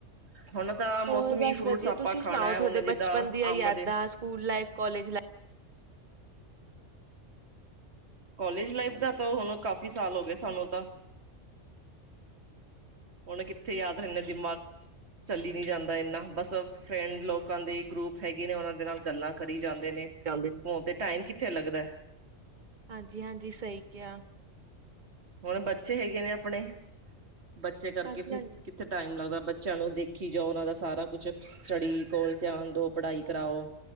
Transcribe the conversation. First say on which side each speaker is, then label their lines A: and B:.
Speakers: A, on the right; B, on the right.
A: ਹੁਣ ਤਾਂ
B: ਹੋਰ
A: ਮੌਸਮੀ
B: ਬਸ
A: ਫਰੂਟਸ
B: ਵਧੀਆ
A: ਅਪਾ
B: ਤੁਸੀਂ ਸੁਣਾਓ
A: ਖਾਣਾ,
B: ਤੁਹਾਡੇ
A: ਹੁਣ ਜਿੱਦਾਂ
B: ਬਚਪਨ ਦੀਆਂ ਯਾਦਾਂ
A: ਅੰਬ ਦੇ
B: school life college life
A: college life ਦਾ ਤਾਂ ਹੁਣ ਕਾਫੀ ਸਾਲ ਹੋ ਗਏ ਸਾਨੂੰ ਤਾਂ। ਹੁਣ ਕਿੱਥੇ ਯਾਦ ਰਹਿਨਾ ਦਿਮਾਗ- ਚੱਲੀ ਨੀ ਜਾਂਦਾ ਇੰਨਾ। ਬਸ ਫਰੈਂਡ ਲੋਕਾਂ ਦੇ ਗਰੁੱਪ ਹੈਗੇ ਨੇ ਔਨਾਂ ਦੇ ਨਾਲ ਗੱਲਾ ਕਰੀ ਜਾਂਦੇ ਨੇ,
B: ਜਾਂਦੇ
A: ਹੋਣ ਤੇ ਟਾਈਮ ਕਿੱਥੇ ਲੱਗਦਾ।
B: ਹਾਂਜੀ, ਹਾਂਜੀ। ਸਹੀ ਕੇਹਾ।
A: ਹੁਣ ਬੱਚੇ ਹੈਗੇ ਨੇ ਆਪਣੇ, ਬੱਚੇ ਕਰਕੇ
B: ਹਾਂਜੀ
A: ਫ
B: ਹਾਂਜੀ
A: ਕਿੱਥੇ ਟਾਈਮ ਲੱਗਦਾ। ਬੱਚਿਆਂ ਨੂੰ ਦੇਖੀ ਜਾਓ, ਉਹਨਾਂ ਦਾ ਸਾਰਾ ਕੁਛ ਸਟੱਡੀ ਕੋਲ ਧਿਆਨ ਦੋ, ਪੜਾਈ ਕਰਾਔ।